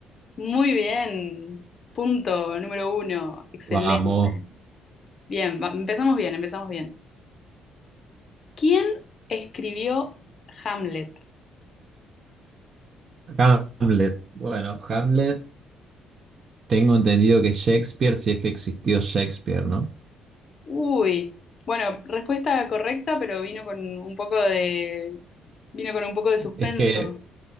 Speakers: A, on the left; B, on the right.
A: Muy bien. Punto número uno. Excelente.
B: Vamos.
A: Bien, va- empezamos bien, empezamos bien. ¿Quién escribió Hamlet?
B: Hamlet. Bueno, Hamlet. Tengo entendido que Shakespeare, si es que existió Shakespeare, ¿no?
A: Uy. Bueno, respuesta correcta, pero vino con un poco de, vino con un poco de suspenso.
B: Es que,